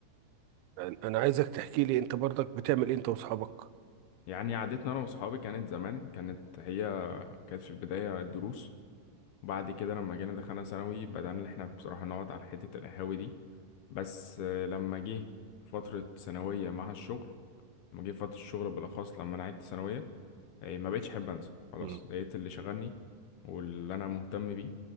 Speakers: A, on the right; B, on the left.
A: يعني انا عايزك تحكي لي انت برضك بتعمل إيه انت واصحابك
B: يعني عادتنا انا واصحابي كانت زمان كانت هي كانت في البداية الدروس وبعد كده لما جينا دخلنا ثانوي بدأنا ان احنا بصراحة نقعد على حتة القهاوي دي بس آه، لما جه فترة ثانوية مع الشغل لما جه فترة الشغل بالأخص لما أنا عدت ثانوية آه، ما بقتش أحب أنزل خلاص
A: مم.
B: لقيت اللي شغلني واللي أنا مهتم بيه